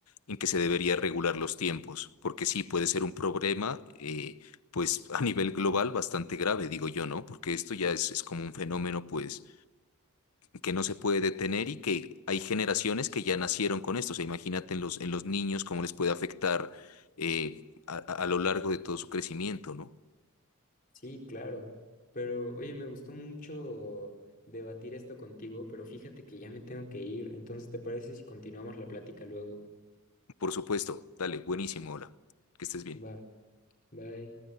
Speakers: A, on the left; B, on the left.
A: en que se debería regular los tiempos, porque sí puede ser un problema, eh, pues a nivel global bastante grave, digo yo, ¿no? Porque esto ya es, es como un fenómeno, pues que no se puede detener y que hay generaciones que ya nacieron con esto. O sea, imagínate en los, en los niños cómo les puede afectar eh, a, a- a lo largo de todo su crecimiento, ¿no?
B: Sí, claro. Pero oye, me gustó mucho debatir esto contigo, pero fíjate que ya me tengo que ir. Entonces, ¿te parece si continuamos la plática luego?
A: Por supuesto, dale, buenísimo, hola, que estés bien.
B: Va, bye.